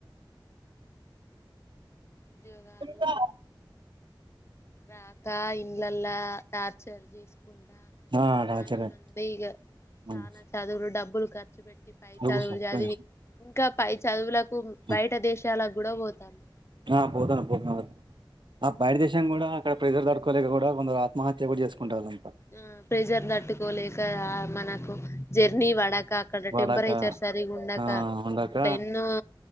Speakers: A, on the left; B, on the right.
A: ఉద్యోగాలు
B: ఇంకా
A: రాక ఇండ్లలా టార్చర్ చేసుకుంటా,
B: ఆ
A: చానామంది
B: రాజాగారు
A: ఈ చానా
B: ఆ
A: చదువుకు డబ్బులు ఖర్చు పై చదువులు
B: కూసో
A: చదివి
B: పోయి
A: ఇంకా పై చదువులకు
B: ఉమ్,
A: బయట దేశాలకు కూడా పోతాళ్ళు,
B: ఆ పోతాన్నాం ఆ బయట దేశం కూడా అక్కడ ప్రెజర్ తట్టుకోలేక కూడా కొందరు ఆత్మహత్య కూడా చేసుకుంటాళ్ళు
A: ఆ ప్రెజర్ తట్టుకోలేక మనకు జర్నీ పడక అక్కడ
B: వాడాక
A: టెంపరేచర్ సరిగా ఉండక
B: ఆ ఉండక
A: అట్లా ఎన్నో